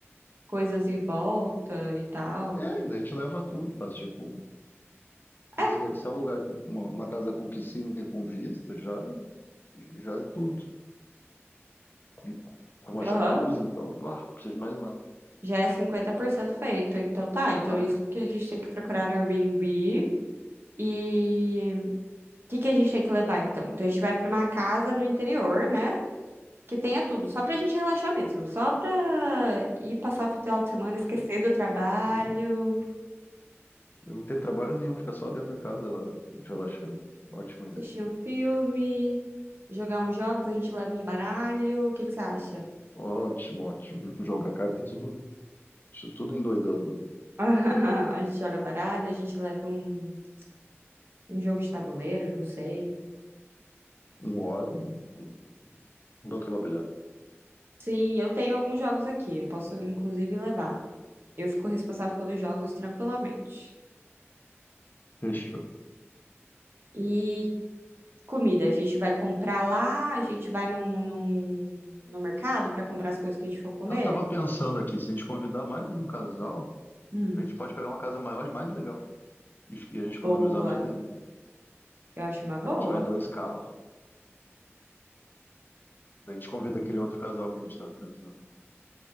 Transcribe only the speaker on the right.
coisas em volta e tal.
É,
aham.
Já é 50% feito. Então tá, então
isso que a gente tem que procurar no Airbnb. E que que a gente tem que levar então? Então a gente vai pra uma casa no interior, né? Que tenha tudo, só pra gente relaxar mesmo, só pra ir passar o final de semana, esquecer do trabalho,
assistir um filme, jogar uns jogos, a gente leva um baralho, o que que você acha?
<laughs> A gente joga baralho, a gente leva um, um jogo de tabuleiro, não sei.
Sim, eu tenho alguns jogos aqui, eu posso inclusive levar. Eu fico responsável pelos jogos tranquilamente.
E comida. A gente vai comprar lá, a gente vai num, num, no mercado para comprar as coisas que a gente for comer.
Hum.
Boa.
Eu acho uma boa.